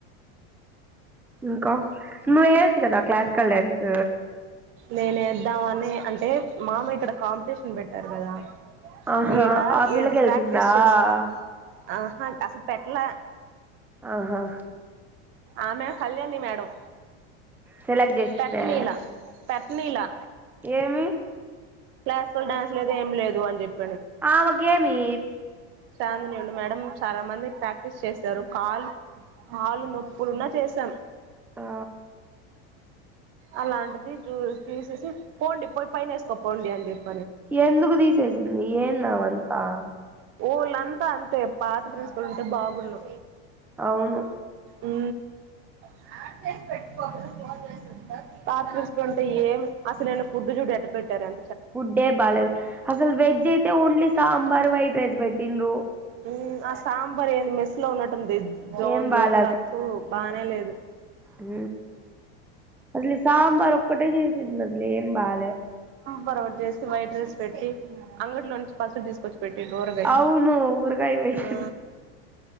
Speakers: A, in the centre; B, on the right.
A: ఇంకా నువ్వు వేయొచ్చు కదా క్లాసికల్ డ్యాన్స్
B: నేనే ఎద్దామనే అంటే మామఇక్కడ కాంపిటీషన్ పెట్టారు కదా
A: ఆహా
B: ఈడ
A: ఆ పిల్లకయాలు
B: ఈడకి ప్రాక్టీస్
A: తిందాం
B: చేసా ఆహా అసలు పెట్టలా
A: ఆహా
B: ఆమా కళ్యాణి మేడం
A: సెలెక్ట్ చేసిందా
B: తట్ మీలా నీలా
A: ఏమి
B: క్లాసికల్ డ్యాన్స్ లేదు ఏం లేదు అని చెప్
A: ఆమకేమి
B: చాందిని ఉండి మేడం చాలా మంది ప్రాక్టీస్ చేస్తారు కాల్ హాలు నొప్పులున్నా చేసాం
A: ఆ
B: అలాంటిది చూ తీసేసి పోండి పోయి పైన వేసుకో పోండి అని చెప్
A: ఎందుకు తీసేసింది ఏంది ఆమెంతా
B: ఓళ్ళంతా అంతే పాత ప్రిన్సిపల్ ఉంటే బాగున్ను
A: అవును
B: ఊ సానం జేసీ పెట్టుకోదు <unintelligible> తుపద్ పాత్రర్స్కుంటే ఏం అసలు నిన్న ఫుడ్ చూడు ఎట్ట పెట్టారు అం
A: ఫుడ్ డే బాలేదు అసలు వెజ్ అయితే ఓన్లీస్ సాంబార్ వైట్ రైస్ పెట్టిన్రు
B: ఊ ఆ సాంబార్ ఏంది మెస్ లో ఉన్నట్టు స్తుంది జోన్
A: ఏం బాల
B: జోన్ తూ బానే లేదు
A: ఊ అల్లి సాంబారు ఒక్కటే చేసింది అసలు ఏం బాలే
B: పరోట చేసి వైట్ రైస్ పెట్టి అంగట్లో నుంచి పచ్చడి తీసుకొచ్చి పెట్టిండు ఊరగాయ
A: అవును ఊరుకాయ వేసిండ్రు
B: ఆ